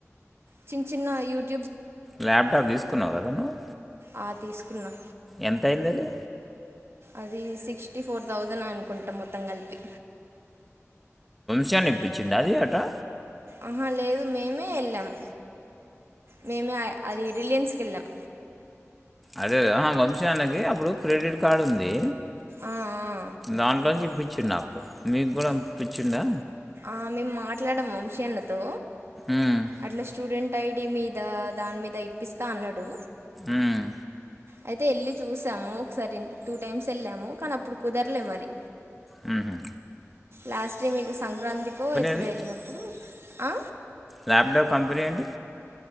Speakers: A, on the right; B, in the centre.
A: చిన్న చిన్న యూట్
B: ల్యాప్టాప్ తీసుకున్నవార నువ్వు
A: ఆ, తీసుకున్నా
B: ఎంత అయింది అది
A: అది సిక్స్టీ ఫోర్ థౌజండ్ అనుకుంటాం మొత్తం కలిపి.
B: శాన్ని ఇప్పించిండా అది ఆటా
A: ఆహా లేదు మేమే ఎళ్ళాము. మేమే ఆయ్ అది రిలయన్స్ కిల్లం
B: అదే వంశీజన్నకి అప్పుడు క్రెడిట్ కార్డు ఉంది
A: ఆ, ఆ.
B: దాంట్లో ఇప్పించిం నాకు మీకు కూడా ఇప్పించిడా
A: ఆ మేము మాట్లాడము వంశీ అన్నతో
B: మ్మ్,
A: అట్లా స్టూడెంట్ ఐ డి మీద దాని మీద ఇప్పిస్తా అన్నాడు
B: మ్మ్.
A: అయితే వెళ్ళి చూసాము ఒకసారి టూ టైమ్స్ వెళ్ళాము కానీ అప్పుడు కుదరలే మరి
B: హ్మ్ హు
A: లాస్ట్ కి మీకు సంక్రాంతికో ఎప్పుడో
B: అది
A: వెళ్ళినప్పుడు ఆ
B: ల్యాప్టాప్ కంపెనీ ఏంటి